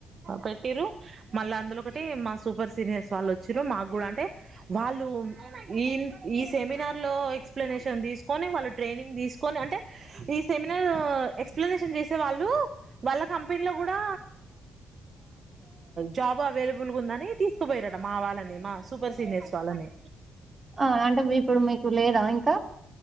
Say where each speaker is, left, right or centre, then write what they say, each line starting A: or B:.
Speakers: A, on the right; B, on the right.
A: పెటిరు మళ్ళీ అందులో ఒకటి మా సు సూపర్ సనియర్స్ వాళ్ళ వచ్చిరు మాకు కూడా అంటే వాళ్ళు ఈ ఈ సెమినార్ లో ఎక్స్ప్లనేషన్ తీసుకొని వాళ్ళు ట్రైనింగ్ తీసు అంటే ఈ సెమినార్ ఎక్స్ప్లషన్ చేసే వాళ్ళు వాళ్ళ పిల్ల కూడా జాబ్ అవైలబుల్గా ఉందని తీసుకుపోయరాట మా వాళ్ళని మా సూపర్ సీనియర్స్ వాళ్ళనే
B: ఆ అంటే ఇప్పుడు మీకు లేదా ఇంకా